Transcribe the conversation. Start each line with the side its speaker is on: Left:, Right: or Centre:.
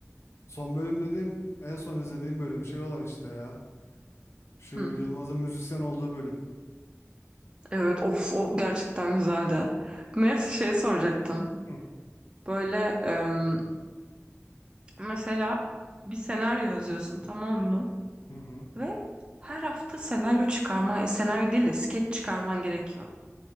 Left: Son bölüm dediğim en son izlediğim bölüm şey olan işte ya. Şu
Right: Hı.
Left: Yılmaz'ın müzisyen olduğu bölüm.
Right: Evet of o gerçekten güzeldi. Neyse şey soracaktım.
Left: Hı
Right: Böyle em, mesela bir senaryo yazıyorsun tamam mı?
Left: hı. hı.
Right: Ve her hafta senaryo çıkarma, senaryo değil de skeç çıkarman gerekiyor.